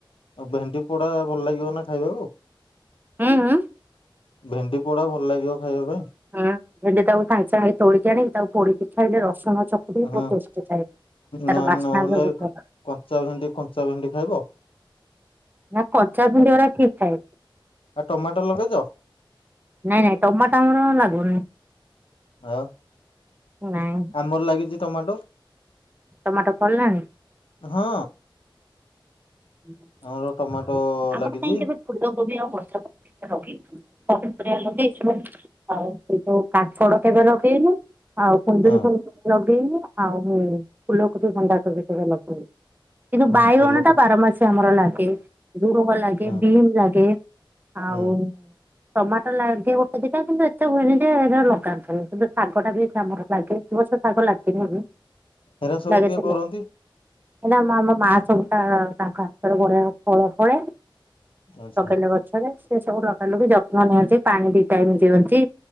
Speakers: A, on the left; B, on the right.
A: ଆଉ ଭେଣ୍ଡି ପୋଡା ଭଲ ଲାଗିବ ନା ଖାଇବାକୁ।
B: ଉଁ ଉଁ।
A: ଭେଣ୍ଡି ପୋଡା ଭଲ ଲାଗିବ ଖାଇବା ପାଇଁ?
B: ହୁଁ ଭେଣ୍ଡି ଟାକୁ ସାଙ୍ଗେ ସାଙ୍ଗେ ତୋଳିକି ଆଣିକି ତାକୁ ପୋଡିକି ଖାଇେ ରସୁଣ ଚକଟିକି
A: ହଁ।
B: ବହୁତ ଟେଷ୍ଟେ ଥାଏ। ତାର
A: ନ
B: ବାସ୍ନା
A: ନହେଲେ
B: ବି ବହୁତ ଭଲ
A: କଞ୍ଚା ଭେଣ୍ଡି କଞ୍ଚା ଭେଣ୍ଡି ଖାଇବ।
B: ନା କଞ୍ଚା ଭେଣ୍ଡି
A: ଆଉ
B: ଗରା କିଏ ଖାଏ। <inaudible>
A: ଆଉ ଟମାଟୋ ଲଗେଇଛ
B: <inaudible> ନାଇଁ ନାଇଁ ଟମାଟୋ ଆମର ଲାଗୁନି।
A: ଆଉ <inaudible>
B: ନାଇଁ
A: ଆମର ଲାଗିଛି ଟମାଟୋ।
B: ଟମାଟର ଫଳିଲାଣି। <inaudible>
A: ହଁ
B: <inaudible>
A: ଆମର ଟମାଟୋ
B: ଆମର
A: ଲାଗିଛି
B: କାଇଁ କେବେ ଫୁଦକୋବି ଆଉ ବନ୍ଧାକୋବି ଲାଗେଇନୁ। ଲଗେଇ ଆଉ ସେଇ ଯୋଉ କାଙ୍କଡ କେବେ ଲଗେଇନୁ। ଆଉ କୁନ୍ଦୁରି
A: ହଁ।
B: କେବେ ଲଗେଇନୁ ଆଉ ଫୁଲକୋବି ଭଣ୍ଡା କୋବି କେବେ ଲଗେଇନୁ। କିନ୍ତୁ
A: ହଁ
B: ବାଇଗଣ
A: ଫୁଲକୋ
B: ଟା ବାରମାସି ଆମର ଲାଗେ। ଝୁଡୁଙ୍ଗ ଲାଗେ
A: ହଁ
B: ବିମ୍ ଲାଗେ ଆଉ
A: ହୁଁ
B: ଟମାଟୋ ଲାଗେ ଗୋଟେ ଦିଟା କିନ୍ତୁ ଏତେ ହୁଏନି ଯେ ଲଗାନ୍ତୁନି ଶାଗ ଟା ବି ଆମର ଲାଗେ। ଏବର୍ଷ ଶାଗ ଲାଗିନି ବି <inaudible>
A: ହେରା ସବୁ
B: ଲାଗିଯିବ।
A: କିଏ କରନ୍ତି
B: <inaudible> ହେଲେ ଆମ ମା ସବୁଟା ତାଙ୍କ ହାତରେ ବଢିଆ ଫଳ ଫଳେ।
A: ଆଚ୍ଛା।
B: ଲଗେଇଲେ ଗଛରେ ସେ ସବୁ ଲଗାଇଲ କି ଯତ୍ନ ନିଅନ୍ତି ପାଣି ଦ ଟାଇମ ଦିଅନ୍ତି।